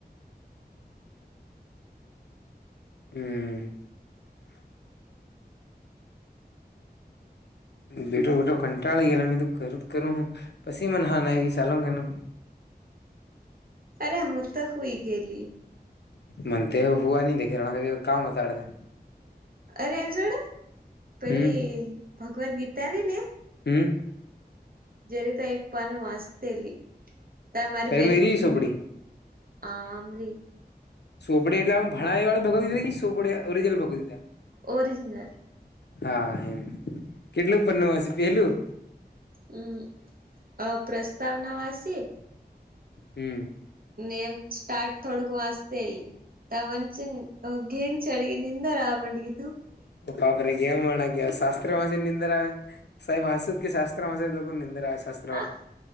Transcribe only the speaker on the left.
હમ. બેઠો બેઠો કંટાળી ગયેલા મે તો કરું જ કરું હું. પછી મને હાાનય સાલોગે ના.
મનતે હુવા નહી દે ઘેર વાળા કામ વધારે દે.
હમ
હમ
તારી
મેરી સોપડી
સોપડે એટલેું ભણાઈ વાળે ભગાવીધા કે સોપડે ઓરજનલ ભગાવ ગીતા?
હા હમ કેટલું પન્નુ વાંચે પેલું?
હમ્મ.
ઓ બાપરે કેવા માણસ કેવાય શાસ્ત્ર વાંચીને નિંદર આવે, સાહેબ હસુ કે શાસ્ત્ર માટે નિંદર્યા સસ્